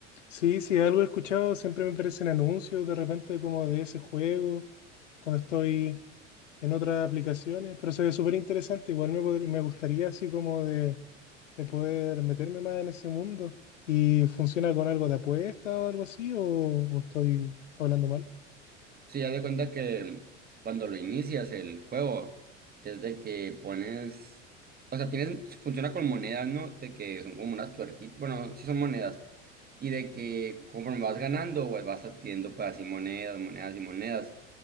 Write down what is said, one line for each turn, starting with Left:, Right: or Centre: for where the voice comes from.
Left: Sí, sí, algo he escuchado, siempre me aparecen anuncios de repente como de ese juego, cuando estoy en otras aplicaciones, pero se ve súper interesante, igual me, podría- me gustaría así como de, de poder meterme más en ese mundo. ¿Y funciona con algo de apuesta o algo así? ¿O, o estoy hablando mal?
Right: Sí, haz de cuenta que cuando lo inicias el juego, es de que pones, o sea, tienes, funciona con monedas, ¿no? De que son como unas tuerquitas, bueno, sí son monedas, y de que conforme vas ganando, pues vas adquiriendo pues así monedas, monedas y monedas.